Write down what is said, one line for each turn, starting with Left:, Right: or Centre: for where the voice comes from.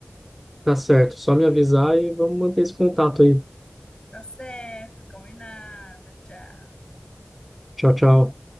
Centre: Tá certo, só me avisar e vamos manter esse contato aí.
Left: Tá certo, combinado. Tchau.
Centre: Tchau, tchau.